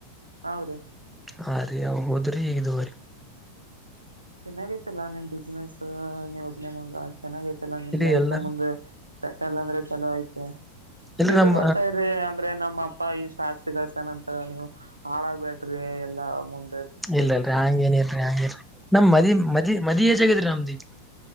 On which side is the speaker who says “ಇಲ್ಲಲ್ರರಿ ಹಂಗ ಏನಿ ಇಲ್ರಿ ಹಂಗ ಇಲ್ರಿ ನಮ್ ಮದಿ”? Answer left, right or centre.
Centre